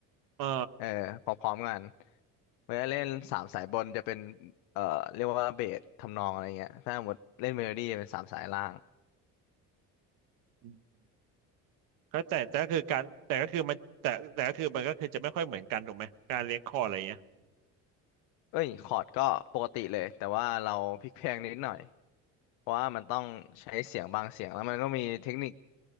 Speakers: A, on the right; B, on the left.
A: อ่า
B: เออพร้อมๆกันเวลาเล่นสามสายบนจะเป็นเอ่อเรียกว่าเบสทำนองอะไรเงี้ยถ้าหมดเล่นเมโลดี้จะเป็นสามสายล่าง
A: อืมก็แต่แต่ก็คือการแต่ก็คือมันแต่แต่ก็คือมันก็คือจะไม่ค่อยเหมือนกันถูกไหมการเลี้ยงคออะไรอย่างเงี้ย
B: เอ้ยคอร์ดก็ปกติเลยแต่ว่าเราพลิกเพลงนิดหน่อยเพราะว่ามันต้องใช้เสียงบางเสียงแล้วมันก็มีเทคนิค